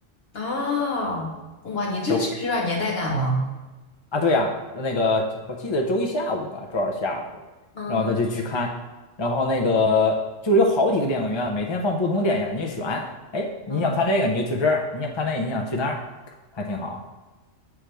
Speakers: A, on the left; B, on the left.
A: 哦，哇，你这确实有点年代感哇。
B: 周啊，对呀、那个我记得周一下午吧，周二下午的，
A: 嗯
B: 然后他就去看，然后那个就是有好几个电影院，每天放不同电影，你就选，哎，你想看这个你就去这儿，
A: 嗯，
B: 你想看那个你想去那儿，还挺好。